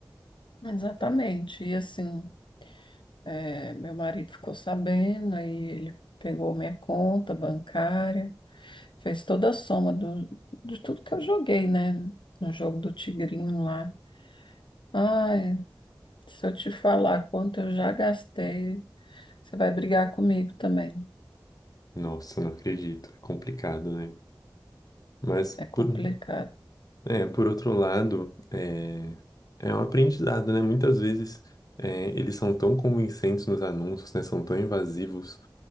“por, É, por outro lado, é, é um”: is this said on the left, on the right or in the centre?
Left